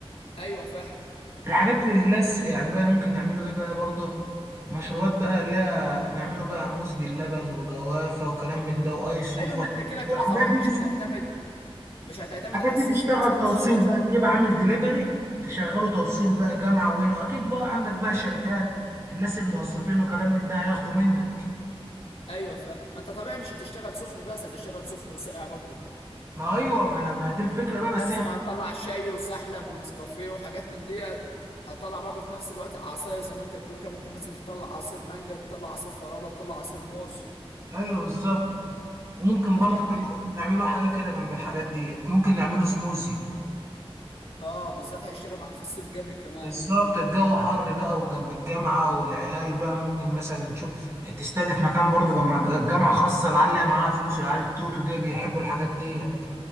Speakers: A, on the left; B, on the right.
A: ايوه فاهم
B: الحاجات اللي لس يعني بقى ممكن نعمله ايه بقى برضه مشروبات بقى لا نعمله بقى موز باللبن وجوافة وكلام من ده وايس كوف
A: ايوه ما
B: والحاجات
A: انت كده كده طبيعي
B: دي
A: مش هتعتمد مش هتعتمد
B: حاجات
A: على السخن
B: دي تشتغل
A: بس تشتغل
B: توصيل بقى تجيب عامل ديليفري تشغله توصيل بقى جامعة وهنا اكيد بقى عندك بقى شركات الناس الموظفين وكلام من ده هياخدوا منك
A: ايوه فاهم ما انت طبيعي مش هتشتغل سخن بس هتشتغل سخن وساقع برضه
B: ما ايوه ما انا ما دي الفكرة بقى بس
A: نفس
B: احنا
A: ما هتطلع شاي وسحلب ونسكافيه وحاجات من ديت هتطلع برضه في نفس الوقت عصاير زي ما انت بتقول كده ممكن مثلا تطلع عصير مانجا تطلع عصير فراوله تطلع عصير موز
B: ايوه بالظبط وممكن
A: انت
B: برضه
A: فاهمني
B: نعمله نعمله حاجة كده جنب الحاجات دي ممكن نعمله سموزي
A: اه بالذات هيشتغل معاك في الصيف جامد كمان
B: بالظبط الجو حر بقى وجنب الجامعة والعيال بقى ممكن مثلا تشوف تستهدف مكان برضه جامعة جامعة خاصة العيال اللي معاها فلوس العيال التوتو دي بيحبوا الحاجات دي